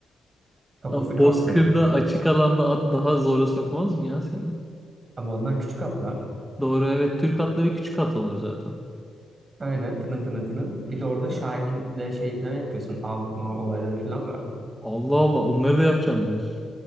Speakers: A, on the right; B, in the centre.
A: kafası
B: Ama
A: kalkmıyordu.
B: Bozkır'da açık alanda at daha zora sokmaz mı ya seni?
A: Ama onlar küçük atlar.
B: Doğru evet. Türk atları küçük at olur zaten.
A: Aynen tının tının tının. Bir de orada Şahin'le
B: Evet.
A: şey falan yapıyorsun. Av, mav olayları falan var.
B: Allah Allah onları da yapacağım diyorsun.